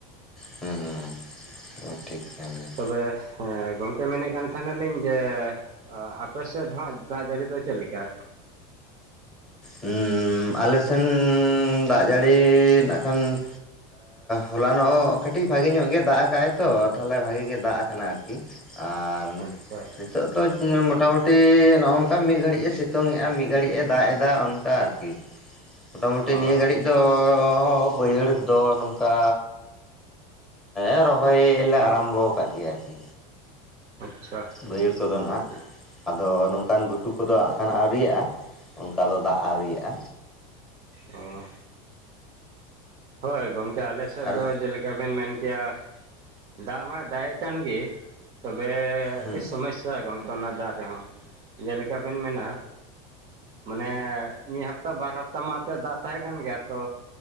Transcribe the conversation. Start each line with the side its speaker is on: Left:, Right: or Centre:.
Centre: ᱦᱩᱸ ᱦᱩᱸ ᱴᱷᱤᱠ ᱠᱟᱱ ᱜᱮᱭᱟ
Right: ᱛᱚᱵᱮ ᱦᱮᱸ ᱜᱚᱢᱠᱮ ᱢᱮᱱᱮᱫ ᱠᱟᱱ ᱛᱟᱦᱮᱱᱟ ᱞᱤᱧ ᱡᱮ ᱚ ᱟᱯᱮ ᱥᱮᱫ ᱫᱚ ᱦᱟᱜ ᱫᱟᱜ ᱡᱟᱹᱲᱤ ᱫᱚ ᱪᱮᱫ ᱞᱮᱠᱟ
Centre: ᱦᱩᱸ ᱦᱩᱸ ᱟᱞᱮ ᱥᱮᱱ ᱫᱟᱜ ᱡᱟᱹᱲᱤ ᱱᱟᱜ ᱠᱷᱟᱱ ᱦᱚᱞᱟᱱᱚᱜ ᱠᱟᱹᱴᱤᱡ ᱵᱷᱟᱜᱤ ᱧᱚᱜ ᱜᱮ ᱫᱟᱜ ᱟᱠᱟᱜ ᱟᱭ ᱛᱚ ᱛᱟᱦᱞᱮ ᱵᱷᱟᱜᱤ ᱜᱮ ᱫᱟᱜ ᱠᱟᱱᱟ ᱟᱨᱠᱤ ᱟᱨ
Right: ᱟᱪᱪᱷᱟ
Centre: ᱱᱤᱛᱚᱜ ᱫᱚ ᱢᱚᱴᱟᱢᱩᱴᱤ ᱱᱚᱜ-ᱚ ᱱᱚᱝᱠᱟ ᱢᱤᱫ ᱜᱷᱟᱹᱲᱤᱡ ᱮ ᱥᱤᱛᱩᱝ ᱮᱫᱟ ᱢᱤᱫ ᱜᱷᱟᱹᱲᱤᱡ ᱮ ᱫᱟᱜ ᱮᱫᱟ ᱚᱱᱠᱟ ᱟᱨᱠᱤ ᱟᱨᱠᱤ ᱢᱳᱴᱟᱢᱩᱴᱤ
Right: ᱚ
Centre: ᱱᱤᱭᱟᱹ ᱜᱷᱟᱹᱲᱤᱡ ᱫᱚ ᱵᱟᱹᱭᱦᱟᱹᱲ ᱫᱚ ᱱᱚᱝᱠᱟ ᱮᱻ ᱨᱚᱦᱚᱭ ᱞᱮ ᱟᱨᱟᱢᱵᱚ ᱟᱠᱟᱫ ᱜᱮᱭᱟ ᱟᱨᱠᱤ
Right: ᱟᱪᱪᱷᱟ
Centre: ᱵᱟᱹᱭᱦᱟᱹᱲ ᱠᱚᱫᱚ ᱱᱟᱦᱟᱜ
Right: ᱴᱷᱤᱠ
Centre: ᱟᱫᱚ ᱱᱚᱝᱠᱟᱱ ᱜᱷᱩᱴᱩ ᱠᱚᱫᱚ ᱦᱟᱜ ᱠᱷᱟᱱ ᱟᱣᱨᱤᱭᱟᱜ-ᱟ ᱚᱱᱠᱟ ᱫᱚ ᱫᱟᱜ ᱟᱣᱨᱤᱭᱟᱜ-ᱟ
Right: ᱚ ᱦᱳᱭ ᱜᱚᱝᱠᱮ ᱟᱞᱮ ᱥᱮᱫ
Centre: ᱟᱨ
Right: ᱫᱚ ᱡᱮᱞᱮᱠᱟ ᱵᱮᱱ ᱢᱮᱱ ᱠᱮᱭᱟ ᱫᱟᱜ ᱢᱟᱭ ᱫᱟᱜ ᱮᱫ ᱠᱟᱱ ᱜᱮ ᱛᱚᱵᱮ
Centre: ᱦᱩᱸ
Right: ᱟᱹᱰᱤ ᱥᱚᱢᱚᱭᱥᱟ ᱜᱚᱝ ᱚᱱᱟ ᱫᱟᱜ ᱨᱮᱦᱚᱸ ᱡᱮᱞᱮᱠᱟ ᱵᱮᱱ ᱢᱮᱱᱟ ᱢᱟᱱᱮ ᱢᱤᱫ ᱦᱟᱯᱛᱟ ᱵᱟᱨ ᱦᱟᱯᱛᱟ ᱢᱟ ᱮᱛᱮᱜ ᱫᱟᱜ ᱛᱟᱦᱮᱸ ᱠᱟᱱ ᱜᱮᱭᱟ ᱛᱚ